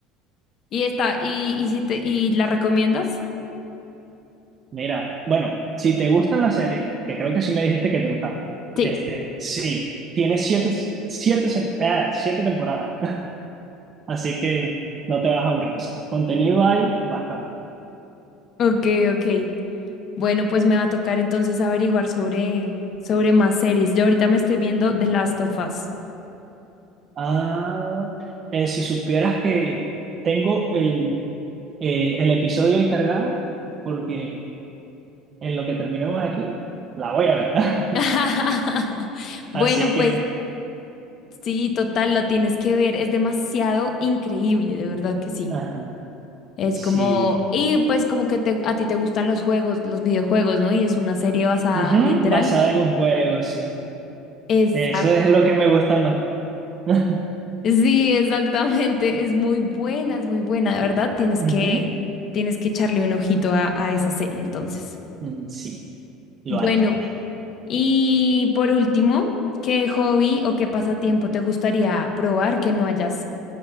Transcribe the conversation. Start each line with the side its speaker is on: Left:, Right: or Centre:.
Left: ¿Y esta, y, y si te, y la recomiendas?
Right: Mira, bueno, si te gustan las series, que creo que sí me dijiste que te gustaban,
Left: Sí.
Right: este, sí, tiene siete, siete, sem- ah, siete temporadas. <laughs> Así que no te vas a aburrir. O sea, contenido hay bastante.
Left: Ok, ok. Bueno, pues me va a tocar entonces averiguar sobre, sobre más series. Yo ahorita me estoy viendo The Last of Us.
Right: Ah, eh, si supieras que tengo el, eh, el episodio ahí cargado, porque en lo que terminemos aquí, la voy a ver. <laughs>
Left: <laughs> Bueno,
Right: Así
Left: pues
Right: que,
Left: sí, total, la tienes que ver. Es demasiado increíble, de verdad que sí.
Right: ajá,
Left: Es
Right: sí.
Left: como, y pues como que te- a ti te gustan los juegos, los videojuegos, ¿no? Y es una serie basada
Right: Ujú,
Left: literal.
Right: basada
Left: eh,
Right: en un juego, sí.
Left: Exacto.
Right: Eso es lo que me gusta más. <laughs>
Left: Sí, exactamente. Es muy buena, es muy buena, de verdad. Tienes
Right: Ujú,
Left: que, tienes que echarle un ojito a, a esa serie, entonces.
Right: mm, Sí, lo
Left: Bueno.
Right: haré, lo haré.
Left: Y por último, ¿qué hobby o qué pasatiempo te gustaría probar que no hayas,